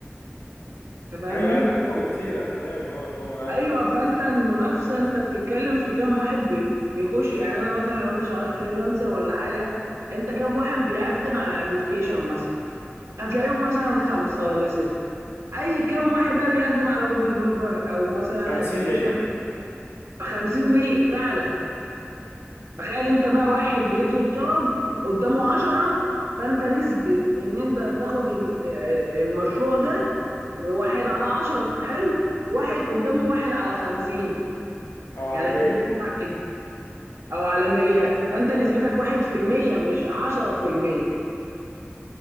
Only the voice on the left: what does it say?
ايوه اقل منكم بكتير انا فاهم اه ان هم اقل
منكم
بكتير
50
100
او على
100